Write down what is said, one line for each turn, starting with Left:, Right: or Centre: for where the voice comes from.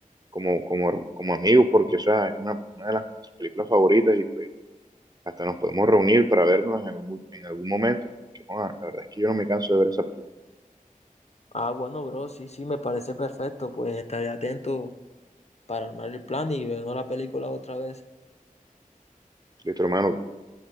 Right: como, como, her- como amigos, porque, o sea, es una, una de las películas favoritas y pues hasta nos podemos reunir para vernos en algún, en algún momento. Que, joa, la verdad es que yo no me canso de ver esa película.
Left: Ah, bueno, bro, sí, sí, me parece perfecto. Pues estaré atento para armar el plan y ver la película otra vez.
Right: Listo, hermano,